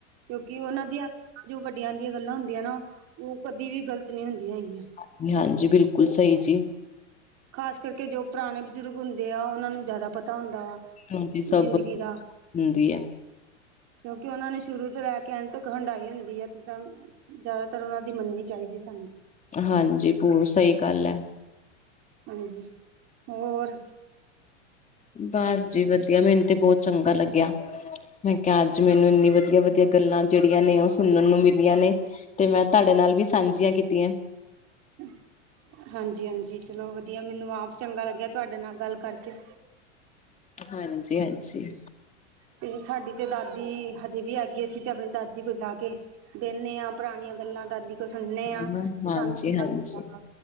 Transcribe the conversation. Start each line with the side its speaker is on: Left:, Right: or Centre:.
Right: ਕਿਉਂਕਿ ਉਹਨਾਂ ਦੀਆਂ ਜੋ ਵੱਡੀਆਂ ਦੀਆਂ ਗੱਲਾਂ ਹੁੰਦੀਆਂ ਨਾ ਉਹ ਕਦੀ ਵੀ ਗ਼ਲਤ ਨਹੀਂ ਹੁੰਦੀਆਂ ਹੈਗੀਆਂ
Left: ਹਾਂਜੀ ਹਾਂਜੀ ਬਿਲਕੁਲ ਸਹੀ ਜੀ
Right: ਖ਼ਾਸ ਕਰਕੇ ਜੋ ਪੁਰਾਣੇ ਬਜ਼ੁਰਗ ਹੁੰਦੇ ਆ ਉਹਨਾਂ ਨੂੰ ਜ਼ਿਆਦਾ ਪਤਾ ਹੁੰਦਾ ਵਾ
Left: ਹਾਂਜੀ ਸਭ
Right: ਜ਼ਿੰਦਗੀ ਦਾ ਕਿਉਂਕਿ
Left: ਹੁੰਦੀ ਹੈ
Right: ਉਹਨਾਂ ਨੇ ਸ਼ੁਰੂ ਤੋਂ ਲੈ ਕੇ ਕਹਿਣ ਤਕ ਹੰਡਾਈ ਹੁੰਦੀ ਆ ਤੇ ਚਲ ਜ਼ਿਆਦਾਤਰ ਉਹਨਾਂ ਦੀ ਮੰਨਨੀ ਚਾਹੀਦੀ ਸਾਨੂੰ
Left: ਹਾਂਜੀ ਬੂਤ ਸਹੀ ਗੱਲ ਐ
Right: ਹਾਂਜੀ ਔਰ
Left: ਬਸ ਜੀ ਵਧੀਆ ਮੈਨੂੰ 'ਤੇ ਬਹੁਤ ਚੰਗਾ ਲੱਗਿਆ ਮੈਂ ਕਿਹਾ ਅੱਜ ਮੈਨੂੰ ਇੰਨੀ ਵਧੀ ਵਧੀਆ-ਵਧੀਆ ਗੱਲਾਂ ਜਿਹੜੀਆਂ ਨੇ ਉਹ ਸੁਣਨ ਨੂੰ ਮਿਲੀਆਂ ਨੇ ਏ ਤੇ ਮੈਂ ਤਾਡੇ ਨਾਲ ਵੀ ਸਾਂਝੀਆਂ ਕੀਤੀ ਐਂ
Right: ਹੂ ਹਾਂਜੀ ਹਾਂਜੀ ਚਲੋ ਵਧੀਆ ਮੈਨੂੰ ਆਪ ਚੰਗਾ ਲੱਗਿਆ ਤੁਹਾਡੇ ਨਾਲ ਗੱਲ ਕਰਕੇ
Left: ਹਾਂਜੀ ਹਾਂਜੀ
Right: ਤੇ ਸਾਡੀ ਤੇ ਲਾਠੀ ਈ ਹਜੇ ਵੀ ਹੈਗੀ ਅਸੀਂ ਤੇ ਆਪਣੀ ਦਾਦੀ ਕੋ ਜਾ ਕੇ ਬਹਿੰਨੇ ਆਂ ਪੁਰਾਣੀਆਂ ਗੱਲਾਂ ਦਾਦੀ ਕੋ ਸੁਣਨੇ
Left: ਹਾਂਜੀ
Right: ਆਂ ਤੇ
Left: ਹਾਂਜੀ
Right: ਸਾਨੂੰ ਚੰਗਾ
Left: ਹਾਂਜੀ
Right: ਲਗਦਾ ਵਾ